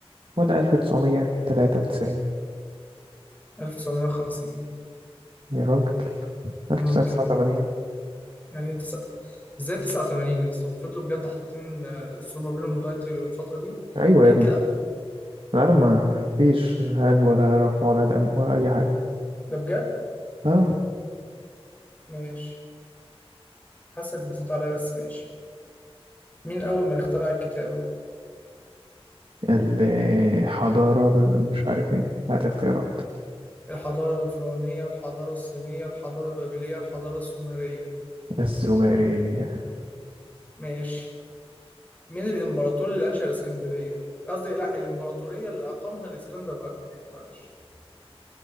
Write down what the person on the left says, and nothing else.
1950
ممكن
يعني تسعة ازاي 89 يا اسطى وفضلوا بجد حاطين آه، السور ما بينهم لغاية الفترة دي
أكيد
لأ
ده بجد
ماشي حاسك بتزيد عليا بس ماشي مين أول من اخترع الكتابة؟
الحضارة الفرعونية الحضارة الصينية الحضارة البابلية الحضارة السومرية
ماشي مين الإمبراطور اللي أنشأ الإسكندرية؟ قصدي لأ الإمبراطورية اللي أقامها الإسكندر الأكبر معلش